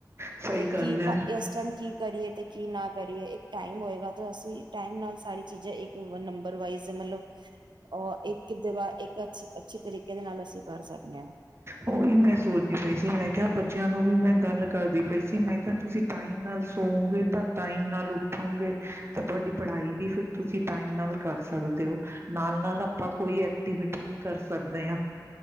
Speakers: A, on the right; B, on the right.
A: ਸਹੀ
B: ਤੇ
A: ਗੱਲ
B: ਕੀ
A: ਹੈ।
B: ਇਸ ਟਾਈਮ ਕੀ ਕਰੀਏ ਤੇ ਕੀ ਨਾ ਕਰੀਏ ਟਾਈਮ ਹੋਏਗਾ ਤਾਂ ਅਸੀਂ ਟਾਈਮ ਨਾਲ ਸਾਰੀ ਚੀਜ਼ਾਂ ਨੰਬਰ ਵਜ਼ ਮਤਲਬ
A: ਕਰੀਏ।
B: ਉਹ ਇੱਕ ਅੱਛੀ ਤਰੀਕੇ ਦੇ ਨਾਲ ਅਸੀਂ ਕਰ ਸਕਦੇ ਹਾਂ
A: ਉਹੀ ਮੈਂ ਸੋਚਦੀ ਪਈ ਸੀ ਮੈਂ ਕਿਹਾ ਬੱਚਿਆਂ ਨੂੰ ਵੀ ਮੈਂ ਗੱਲ ਕਰਦੀ ਪਈ ਸੀ ਮੈਂ ਕਿਹਾ ਤੁਸੀਂ ਟਾਈਮ ਨਾਲ ਸੋਓਗੇ ਤਾਂ ਟਾਈਮ ਨਾਲ ਉੱਠੋਗੇ ਤਾਂ ਤੁਹਾਡੀ ਪੜ੍ਹਾਈ ਵੀ ਫਿਰ ਤੁਸੀ ਟਾਈਮ ਨਾਲ ਕਰ ਸਕਦੇ ਹੋ ਨਾਲ ਨਾਲ ਆਪਾਂ ਕੋਈ ਐਕਟੀਵਿਟੀ ਵੀ ਕਰ ਸਕਦੇ ਹਾ।